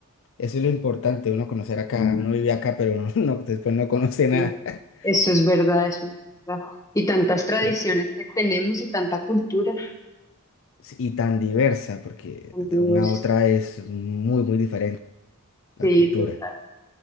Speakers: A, on the left (about 60°); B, on the left (about 15°).
A: eso es lo importante, uno conocer acá. Uno Mm, vive acá, pero uno <laughs> no- después no conoce nada.
B: Eh,
A: <laughs>
B: Eso es verdad, eso es verdad. Y tantas tradiciones
A: Te-
B: que tenemos y tanta cultura
A: Y tan diversa, porque
B: tan
A: de
B: diversa.
A: una a otra es muy, muy diferente la
B: Sí,
A: cultura.
B: total,